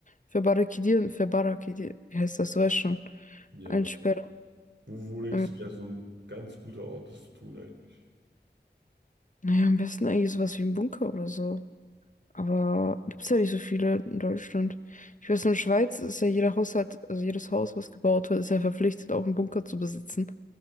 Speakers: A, on the left; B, on the right.
A: verbarrikadieren, verbarrikadieren. Wie heißt das? Du weißt schon.
B: Ja.
A: Einsperren.
B: Wo, wo denkst
A: Ähm,
B: du, wäre so ein ganz guter Ort, das zu tun eigentlich?
A: naja, am besten eigentlich sowas wie ein Bunker oder so. Aber gibt's ja nicht so viele in Deutschland. Ich weiß, in der Schweiz ist ja jeder Haushalt, also jedes Haus, was gebaut wird, ist ja verpflichtet, auch einen Bunker zu besitzen.